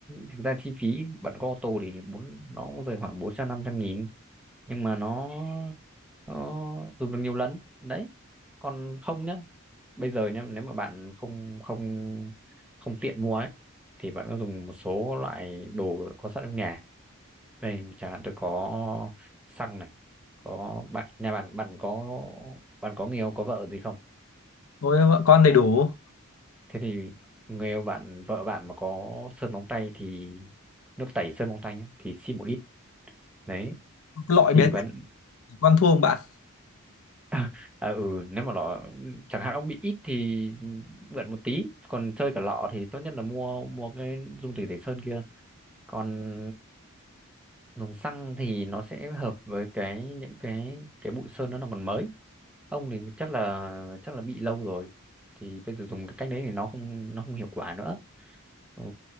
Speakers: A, in the centre; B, on the left (about 80°).
A: thực ra chi phí bạn có ô tô thì bốn nó cũng rơi khoảng bốn trăm năm trăm nghìn nhưng mà nó nó dùng được nhiều lần đấy còn không nhá bây giờ nhá nếu mà bạn không không không tiện mua ấy thì bạn có dùng một số loại đồ có sẵn trong nhà đây chẳng hạn tôi có xăng này có bạn nhà bạn bạn có bạn có người yêu có vợ gì không
B: Ôi vợ con đầy đủ.
A: thế thì người yêu bạn vợ bạn mà có sơn móng tay thì nước tẩy sơn móng tay nhé thì xin một ít đấy
B: Cái loại
A: thì
B: bé
A: vẫn
B: tí con thua không bạn?
A: <laughs> à, ừ nếu mà nó chẳng hạn ông bị ít thì mượn một tí còn chơi cả lọ thì tốt nhất là mua mua cái dung tẩy tẩy sơn kia còn dùng xăng thì nó sẽ hợp với cái những cái cái bụi sơn đó nó còn mới ông thì chắc là chắc là bị lâu rồi thì bây giờ dùng cái cách đấy thì nó không nó không hiệu quả nữa ừ.